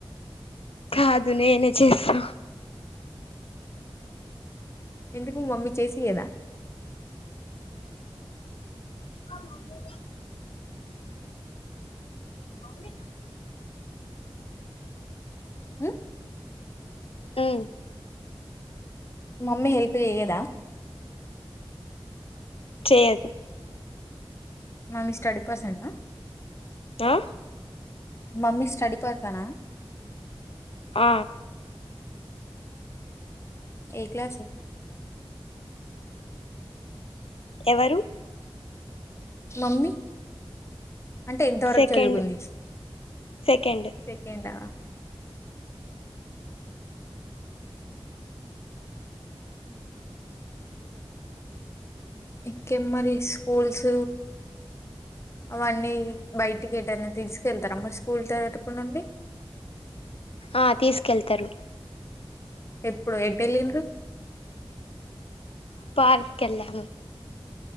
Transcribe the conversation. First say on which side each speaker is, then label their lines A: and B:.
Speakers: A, on the left; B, on the left.
A: కాదు నేనే చేస్తా
B: ఎందుకు మమ్మీ చేసి ఇయ్యాదా
A: అక్క మమ్మీ మన
B: హ్మ్
A: హ్మ్
B: మమ్మీ హెల్ప్ జెయ్యదా
A: చేయది
B: మమ్మీ స్టడీ పర్సంట్ ఆ
A: ఆ
B: మమ్మీ స్టడీ పర్ సన
A: ఆ
B: ఏ క్లాస్
A: ఎవరు
B: మమ్మీ అంటే ఎంతవరకు
A: సెకండ్
B: చదువుకుంది
A: సెకండ్
B: సెకండా ఇంకే మరి స్కూల్స్ అవన్నీ బయటికి వెట్టని తీసుకెళ్తారా మరి స్కూల్ తగటప్పుడు నుండి
A: ఆ తీసుకెళ్తారు
B: ఎప్పుడు ఎటు వెలిండ్రు
A: పార్క్ కెళ్ళము